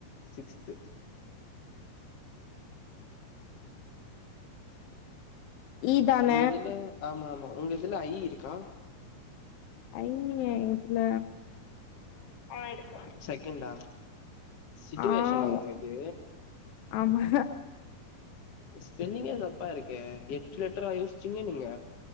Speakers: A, on the left; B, on the left.
A: சிக்ஸ்து
B: ஈ தான
A: உங்க இதுல ஆமா ஆமா உங்க இதுல ஐ இருக்கா
B: ஐ எவுத்துல
A: ஆ இருக்கு செகண்டா சுட்சுவெஷன்னா
B: ஆமா
A: உங்களுக்கு
B: ஆமா
A: ஸ்பெல்லிங்கே தப்பா இருக்கே எட்டு லட்டரா யோசிச்சீங்க நீங்க